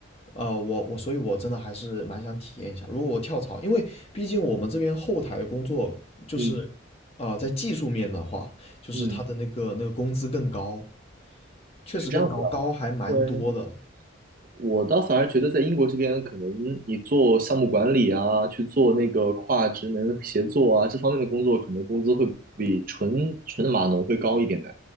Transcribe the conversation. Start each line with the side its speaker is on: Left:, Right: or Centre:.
Left: 呃，我我所以，我真的还是蛮想体验一下。如果我跳槽，因为毕竟我们这边后台的工作就是，
Right: 嗯
Left: 呃，在技术面的话，就是他的那个那个工资更高，
Right: 嗯，
Left: 确实更高，
Right: 是这样子的。
Left: 高还蛮多的。
Right: 对，我倒反而觉得在英国这边，可能你做项目管理啊，去做那个跨职能协作啊，这方面的工作，可能工资会比纯纯的码农会高一点的。